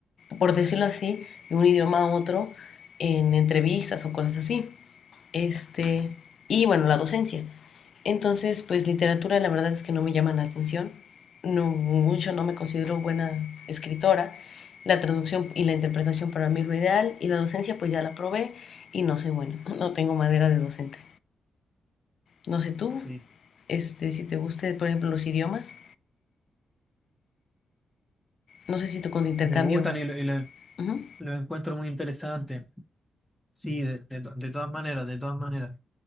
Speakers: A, on the left (about 65°); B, in the centre.
A: por decirlo así, de un idioma a otro en entrevistas o cosas así. Este, y bueno, la docencia, entonces, pues literatura la verdad es que no me llama la atención. No, mucho no me considero buena escritora. La traducción y la interpretación para mí es lo ideal. Y la docencia pues ya la probé y no soy buena. <laughs> No tengo madera de docente. No sé tú,
B: Sí.
A: este, si te guste, por ejemplo, los idiomas. No sé si tú con tu intercambio.
B: Me gustan y, lo- y lo-
A: Ujú,
B: los encuentro muy interesantes. Sí, de de to- de todas maneras, de todas maneras.